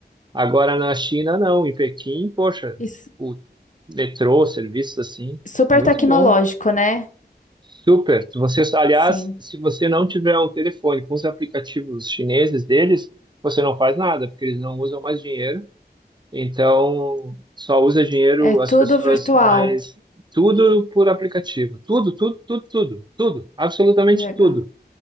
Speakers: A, on the right; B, on the left.
A: Agora na China, não. Em Pequim, poxa,
B: E su-
A: o metrô, serviços assim,
B: super
A: muito
B: tecnológico,
A: bom.
B: né?
A: Super. Você, aliás,
B: Sim.
A: se você não tiver um telefone com os aplicativos chineses deles, você não faz nada, porque eles não usam mais dinheiro. Então, só usa dinheiro
B: É tudo
A: as pessoas
B: virtual.
A: mais. Tudo por aplicativo. Tudo, tudo, tudo, tudo, tudo. Absolutamente
B: Que legal.
A: tudo.